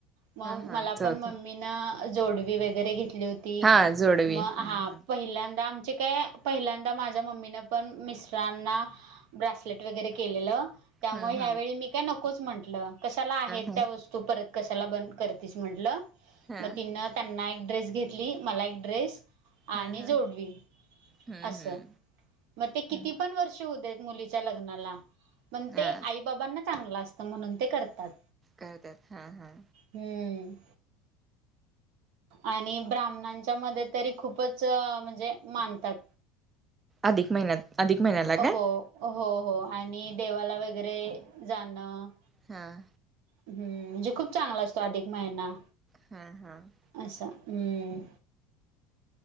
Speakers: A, on the right (about 65°); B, on the right (about 25°).
A: मग
B: हा
A: मला
B: चौथ
A: पण मम्मी न जोडवी वगैरे घेतली होती
B: हा जोडवी
A: मग
B: हम्म
A: हां पहिल्यांदा आमचे काय पहिल्यांदा माझ्या मम्मीने पण मिस्टरांना ब्रासलेट वगैरे केलेलं.
B: हम्म
A: मग ह्यावेळी
B: हम्म
A: मी काय नकोच म्हंटलं कशाला आहेत
B: हम्म
A: त्या वस्तू परत कशाला बंद करतेस म्हटलं.
B: हा
A: मग
B: हा
A: तिनं त्यांना एक ड्रेस घेतली मला एक ड्रेस
B: हा
A: आणि
B: हा
A: जोडवी
B: हम्म
A: असं,
B: हम्म
A: मग ते किती
B: हम्म
A: पण वर्ष होवू देत मुली च्या लग्नाला पण ते
B: हा
A: आई बाबांना चांगलं असतं म्हणून ते करतात.
B: करत्यात हां हां.
A: हम्म. आणि ब्राह्मणांच्या मध्ये तरी खूपच म्हणजे मानतात.
B: अधिक महिन्यात अधिक महिन्याला
A: हो,
B: काय
A: हो हो आणि देवाला वगैरे जाणं
B: हां.
A: हम्म म्हणजे खूप चांगला असतो अधिक महिना.
B: हां हां.
A: असं हम्म.